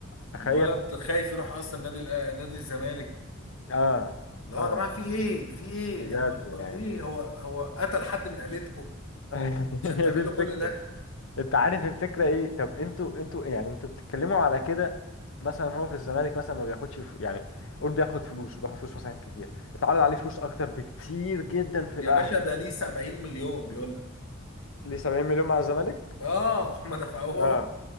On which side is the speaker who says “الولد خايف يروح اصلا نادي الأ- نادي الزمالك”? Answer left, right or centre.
Left